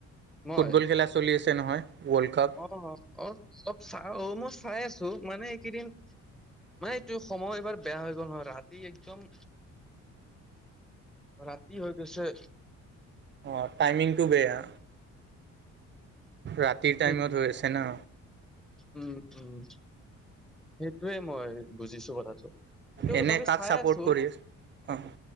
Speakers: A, in the centre; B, on the right.
A: মই
B: ফুটবল খেলা চলি আছে নহয়। World cup.
A: অ অ অলপ চা অ মই চাই আছো মানে এইকেইদিন মানে এইটো সময় এইবাৰ বেয়া হৈ গ'ল নহয় ৰাতি একদম ৰাতি হৈ গৈছে।
B: অঁ টাইমিংটো বেয়া, ৰাতিৰ
A: সেই
B: টাইমত হৈ আছে ন।
A: উম উম। সেইটোৱে মই বুজিছো কথাটো সেইটো
B: এনে
A: তথাপি
B: কাক
A: চাই
B: চাপৰ্ট
A: আছো।
B: কৰি আছ? অ'